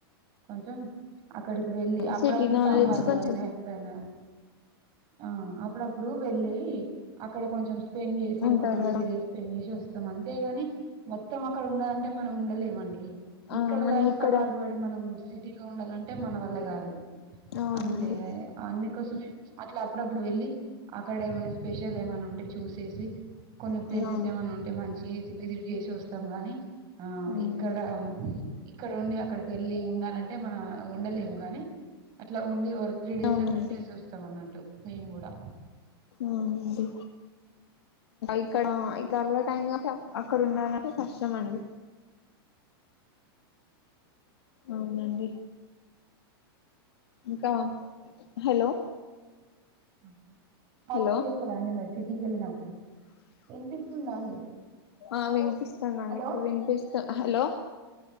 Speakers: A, on the right (about 30°); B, on the left (about 90°).
A: కొంచెం అక్కడికి వెళ్ళి అప్పుడప్పుడు
B: సిటీ నాలెడ్జ్
A: సమ్మర్ లో
B: కొంచెం
A: అయినా ఎప్పుడైనా ఆ అప్పుడప్పుడు వేళి అక్కడ కొంచెం స్పెండ్ చేసి
B: ఉంటారు
A: ఒక టూ
B: కదా
A: త్రీ డేస్ ఏచో మత్తం అంతే గాని మొత్తం అక్కడ ఉండాలంటే మనం ఉండలేమండి
B: ఆ
A: ఇక్కడ
B: మనం
A: లైఫ్
B: ఇక్కడ
A: కు అలవాటు పడి మనం సిటీలో ఉండాలంటే మన వల్లే కాదు
B: అవునండి
A: అంతే అన్ని కోసమే అట్లా అప్పుడప్పుడు వెళ్ళి అక్కడ ఏమైనా స్పెషల్ ఎం అన్న ఉంటే చూసేసి కొని
B: ఆ
A: ప్లేసెస్ ఏమన్న ఉంటే మంచి విజిట్ చేసి వస్తాం గాని ఆ
B: మ్మ్
A: ఇక్కడ ఇక్కడ ఉండి అక్కడికి వెళ్ళి ఉండాలంటే మనం ఉండలేము కానీ అట్లా ఉండి ఒక త్రీ డేస్
B: అవునండి
A: అట్లా ఉండి వసి వస్తాం అన్నట్టు మేం కూడా
B: అవునండి ఇక్కడ ఇక్కడ అలవా టైం కా అక్కడ ఉండాలంటే కష్టమ అండి అవునండి ఇంకా హలో
A: ఆ <inaudible> షాపింగ్
B: హలో
A: చేస్తారా అండి మరి సిటీకి వెళ్ళినప్పుడు వినిపిస్తుందా అండి
B: ఆ వినిపిస్తుందండి
A: హలో
B: ఇప్పుడు వినిపిస్తు హలో